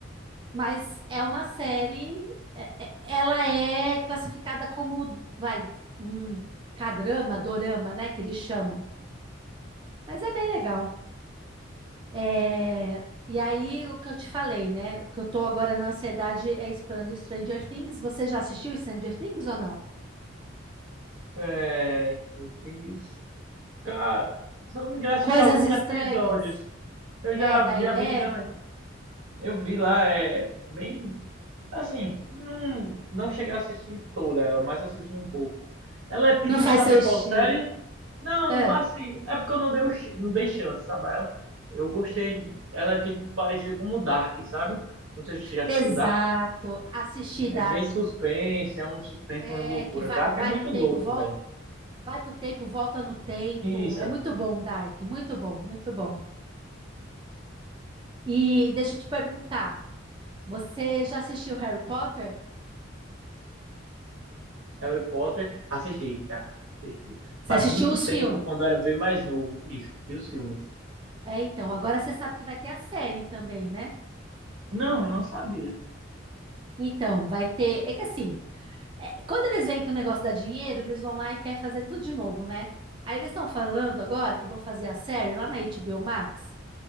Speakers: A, on the right; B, on the right.
A: Mas é uma série, é- é- ela é classificada como, vai, um cadrama, dorama, né, que eles chamam. Mas é bem legal. É, e aí, o que eu te falei, né, o que eu tô agora na ansiedade é esperando Stranger Things. Você já assistiu Stranger Things ou não?
B: É, Stranger Things. Cara, se eu não me engano, assisti
A: Coisas
B: alguns
A: Estranhas.
B: episódios. Eu
A: É,
B: já,
A: da
B: já
A: Eleven.
B: vi, não, eu vi lá, é bem, assim, não, não cheguei a assistir toda ela, mas assisti um pouco. Ela é tipo,
A: Não faz
B: sabe
A: seu estilo.
B: qual série? Não,
A: É.
B: assim, é porque eu não dei, o ch- não dei chance, sabe? a Ela, eu gostei. Ela é tipo parecida com o Dark, sabe? Não sei se você já assistiu
A: Exato,
B: Dark.
A: assistir
B: É
A: Dark.
B: bem suspense, é um suspense,
A: É,
B: uma loucura.
A: que vai,
B: Dark
A: vai
B: é muito
A: no tempo,
B: louco,
A: volta,
B: velho.
A: vai pro tempo, volta no tempo.
B: Isso,
A: É muito bom, Dark, muito bom, muito bom. E deixa eu te perguntar, você já assistiu Harry Potter?
B: Harry Potter. Assisti, tá? Assisti.
A: Você
B: Faz
A: assistiu
B: muito
A: os
B: tempo,
A: filmes?
B: quando eu era bem mais novo. Isso, assisti os filmes.
A: É, então, agora você sabe que vai ter a série também, né?
B: Não, não sabia.
A: Então, vai ter. É que assim, é, quando eles veem que o negócio dá dinheiro, eles vão lá e querem fazer tudo de novo, né? Aí eles estão falando agora que vão fazer a série lá na HBO Max.